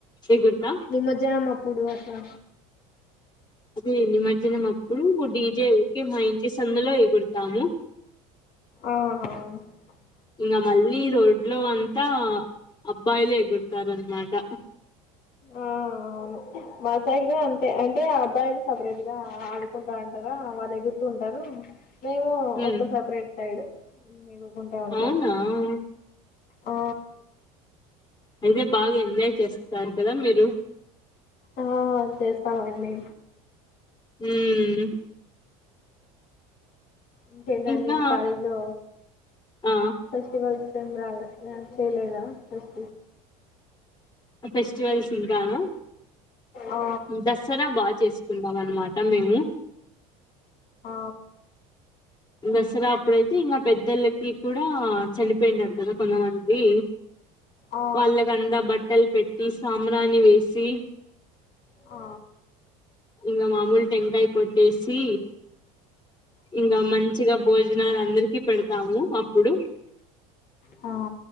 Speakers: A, on the left (about 25°); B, on the left (about 55°).
A: ఎగురుతా
B: నిమజ్జనం అప్పుడు అట్లా
A: అదే నిమజ్జనం అప్పుడు డీజే ఉరికే మా ఇంటి సందులో ఎగురుతాము
B: ఆహ
A: ఇంగ మళ్ళీ రోడ్లో అంతా అబ్బాయిలు ఎగురుతారన్నమాట
B: ఆ అవును మా సైడ్ అంతే అంటే ఆ అబ్బాయిలు సపరేట్ గా ఆడుకుంటా అంటారా వాళ్లు ఎగురు టారు మేము
A: ఉమ్
B: ఒక సపరేట్ సైడ్ ఉంటాం
A: అవునా ఉమ్
B: ఆ
A: అయితే బాగా ఎంజాయ్ చేస్తారు కదా మీరు
B: ఆ చేస్తామండి
A: హూమ్
B: ఇంకేంటండి
A: ఇంకా
B: మీ కాలేజీలో
A: ఆ
B: ఫెస్టివల్స్ రాగా చెయ్యలేదా ఫేస్
A: ఫెస్టివల్స్ ఇంకాన
B: ఆ
A: దసరా బాగా చేసుకున్నాం ఆ అన్నమాట మేము
B: ఆ
A: దసరా అప్పుడయితే ఇంగా పెద్దళ్లకి కూడా చనిపోయింటారు కదా కొంతమంది
B: ఆ ఆ
A: వాళ్ళకంతా బట్టలు పెట్టి సాబ్రాని వేసి
B: ఆ
A: ఇంకా మామూలు టెంకాయ కొట్టేసి ఇంగ మంచిగా భోజనాలు అందరికి పెడతాము అప్పుడు
B: ఆ